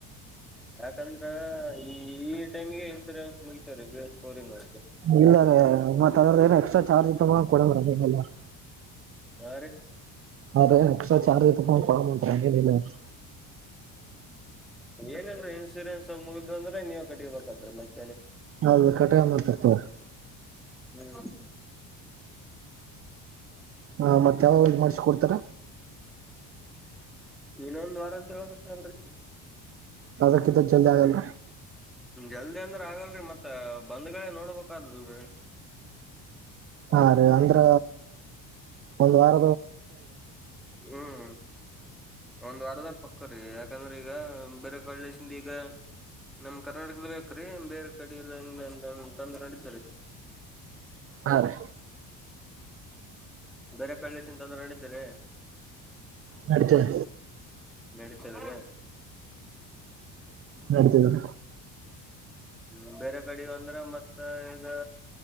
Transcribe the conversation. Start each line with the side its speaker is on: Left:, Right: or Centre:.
Centre: ಯಾಕಂದ್ರ ಈ ಟೈಮಗೆ ಇನ್ಸೂರೆನ್ಸ್ ಮುಗಿತಾವ ರಿ ಬಿ ಎಸ್ ಫೋರ್ನು.
Right: ಇಲ್ಲಾರಿ ಮತ್ತ ಅದದ್ರ ಏನ್ ಎಕ್ಸ್ಟ್ರಾ ಚಾರ್ಜ್ ತಗೊಂಡ್ ಕೊಡಲ್ಲರಿ. <inaudible>
Centre: ಹಾ ರಿ.
Right: ಅದೇ ಎಕ್ಸ್ಟ್ರಾ ಚಾರ್ಜ್ ತಕೊಂಡ್ ಕೊಡಲ್ಲ ಅಂತ್ರಿ ಹಂಗೆನ್ ಇಲ್ಲಅಲ್ರೀ.
Centre: ಏನ್ ಏನ್ರಿ ಇನ್ಸೂರೆನ್ಸ್ ಮುಗ್ದು ಅಂದ್ರ ನೀವು ಕಟ್ಟಿಬೇಕಾಕತೈತಿ ಮತ್.
Right: ಹೌದ ಕಟ್ಟಿಕೋನ್ಮಮ ಅಂತ ತೊಗೋರಿ.
Centre: ಹ್ಮ್.
Right: ಹಾ ಮತ್ ಯಾವ ಮಾಡ್ಸ ಕೊಡ್ತಾರ.
Centre: ಇನ್ನೊಂದ್ ವಾರ ಅಂತ ಹೇಳುದ್ರು ಕಣ್ರೀ.
Right: ಹದ ಕತ್ತ ಜಲ್ದ ಆಗಲ್ಲ.
Centre: ಜಲ್ದಿ ಅಂದ್ರ ಆಗಲ್ರರಿ ಮತ್ತ ಬಂದ್ಗಳೇ ನೋಡ್ಬೇಕಾದಲ್ರರಿ. <inaudible>
Right: ಹಾ ರೀ ಅಂದ್ರ ಒಂದ್ ವಾರ.
Centre: ಹ್ಮ್ ಹ್ಮ್ ಒಂದ್ ವಾರದ್ ಪಕ್ಕ್ರೀ ಯಾಕಂದ್ರೆ ಈಗ ಬೇರೆ ಕಡ್ಸಿಂದ ಈಗ. ನಮ್ ಕರ್ನಾಟಕದ ಬೇಕ್ರೀ ಬೇರೆ ಕಡ ಎಲ್ಲ ಏನ್ ತಂದ್ರ ನಡೀತಾದೆ
Right: ಹಾ ರೀ.
Centre: ಬೇರೆ ಕಳ್ಳೇಶನ್ ತಂದ್ರೆ ನಡೀತರಿ.
Right: ನಡಿತದೆ.
Centre: ನಡೀತಾದ್ರಿ.
Right: ನಡೀತಾದ್.
Centre: ಹ್ಮ್ ಬೇರೆ ಕಡೆ ಅಂದ್ರೆ ಮತ್ತ ಈಗ.